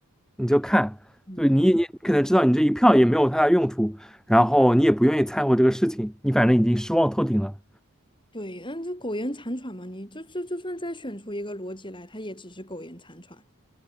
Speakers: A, in the centre; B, on the left.
A: 你就看，
B: 嗯，
A: 就你你可能知道你这一票也没有太大用处，然后你也不愿意掺和这个事情，你反正已经失望透顶了。
B: 对，嗯，这苟延残喘嘛，你就就就算再选出一个逻辑来，它也只是苟延残喘。